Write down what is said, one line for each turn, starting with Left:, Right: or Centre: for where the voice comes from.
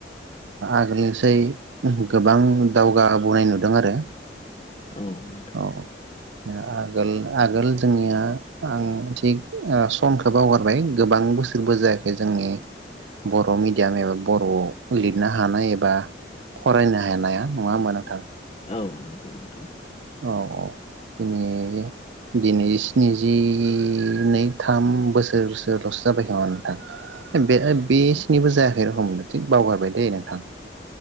Right: आगोलनिसै गोबां दावगाबोनाय नुदों आरो
Left: औ नोंथां
Right: औ औ आगोल आगोल जोंनिया आं थिग सनखौ बावगारबाय गोबां बोसोरबो जायाखै जोंनि बर' मिडियाम एबा बर'आव लिरनो हानाय एबा फरायनो हानाया नङा होमबा नोंथां
Left: औ नंगौ नोंथां
Right: औ औ दिनै दिनै स्निजिनै थाम बोसोरसोल'सो जाबाय नोमा नोंथां <unintelligible> बेसिनिबो
Left: औ
Right: जायाखै आरो हमदों थिग बावगारबाय दे नोंथां